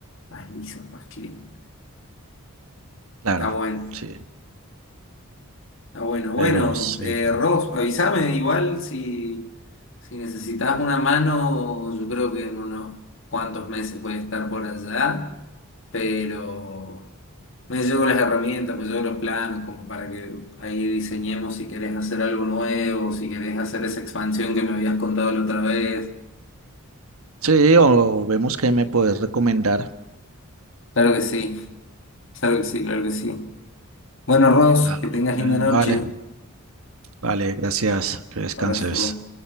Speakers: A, on the left; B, on the right.
A: más liso, más clean.
B: claro,
A: Está bueno.
B: sí,
A: Ah, bueno, bueno,
B: pero sí.
A: eh, Ross, avísame igual si, si necesitas una mano, yo creo que en unos cuantos meses voy a estar por allá, pero me llevo las herramientas, me llevo los planos, como para que ahí diseñemos si querés hacer algo nuevo, si querés hacer esa expansión que me habías contado la otra vez.
B: Sí, o vemos qué me puedes recomendar.
A: Claro que sí, claro que sí, claro que sí. Bueno, Ross,
B: Ah,
A: que tengas linda
B: mm,
A: noche.
B: vale, vale, gracias, que descanses.
A: Abrazo.